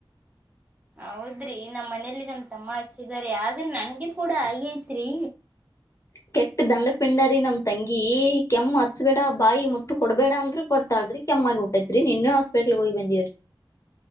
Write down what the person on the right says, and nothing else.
ಹೌದ್ರಿ ನಮ್ಮ್ ಮನೇಲಿ ನಮ್ ತಮ್ಮ ಹಚ್ಚಿದಾರೆ ಆದ್ರೆ ನನ್ಗೆ ಕೂಡ ಹಾಗೆಐತ್ರಿ